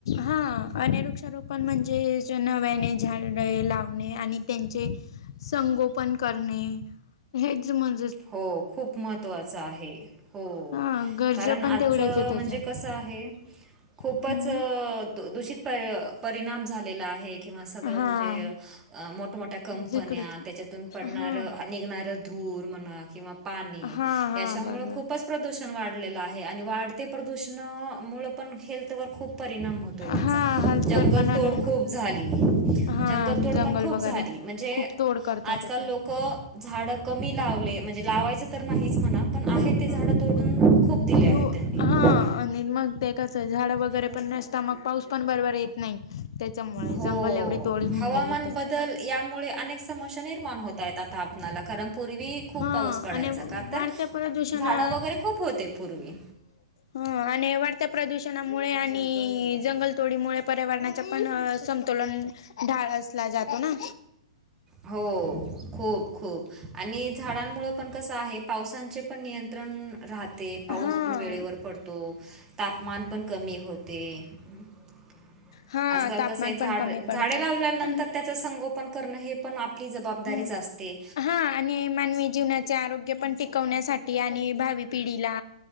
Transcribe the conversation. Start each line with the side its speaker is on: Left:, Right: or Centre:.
Left: हा अने वृक्षारोपण म्हणजे नव्याने झाडे लावणे आणि त्यांचे. संगोपन करणे. हेज म.
Right: हो खूप महत्त्वाच आहे. हो
Left: हा गरजा
Right: कारण आजचं
Left: पण तेवढ्याच त्याच्या
Right: म्हणजे कसं आहे. खूपच
Left: हम्म
Right: दूषित पर परिणाम झालेला आहे. किंवा सगळं
Left: हा
Right: म्हणजे मोठमोठ्या कंपन्या
Left: जिकडच
Right: त्याच्यातून पडणारं
Left: हा
Right: निघणारं. धूर म्हणा किंवा पाणी
Left: हा हा
Right: याच्यामुळं
Left: बरोबर
Right: खूपच. प्रदूषण वाढलेलं आहे आणि वाढते प्रदूषणा मुळ पण हेल्थ वर खूप परिणाम. य त्याचा
Left: हा हेल्थवर
Right: जंगल
Left: पण आणि
Right: तोड खूप झाली.
Left: हा
Right: जंगलतोड
Left: जंगल
Right: पण खूप
Left: वगैरे
Right: झाली म्हणजे
Left: खूप तोड करतात
Right: आजकाल
Left: ते पण
Right: लोक. झाड कमी लावले म्हणजे लावायचं तर नाहीच म्हणा पण. आहे ते झाड
Left: हा
Right: तोडून खूप दिले आहे
Left: तो
Right: त्यांनी.
Left: हा आणि मग ते कचं झाड वगैरे पण नसता मग पाऊस पण बरोबर येत नाही. त्याच्यामुळे
Right: हो
Left: जंगल एवढी तोडी होऊन
Right: हवामान
Left: गेली तर
Right: बदल यामुळे. अनेक समस्या निर्माण होत आहेत आता आपणाला कारण पूर्वी खूप
Left: हा
Right: पाऊस पडायचा
Left: आणि
Right: का तर.
Left: वाढत्या प्रदूषणा
Right: झाडं वगैरे खूप होते पूर्वी.
Left: हो आणि वाढत्या प्रदूषणामुळे आणि जंगलतोडीमुळे पर्यावरणाच्या पण. संतोलन ढाळसला जातो ना.
Right: हो खूप खूप आणि झाडांमुळेळ पण कसं आहे. पावसाांचे पण नियंत्रण राहते पाऊस
Left: हा
Right: पण वेळेवर पडतो. तापमान पण कमी होते. <inaudible>
Left: हा
Right: आजकाल
Left: तापमान
Right: कसं झाड
Left: पण कमी पडते
Right: झाडे लावल्याल्या
Left: आणि
Right: नंतर त्याच. संगोपन करणं हे पण आपली जबाबदारीच
Left: ह
Right: असते.
Left: हा आणि मानवी जीवनाचे आरोग्य पण टिकवण्यासाठी आणि भावी पिढीला.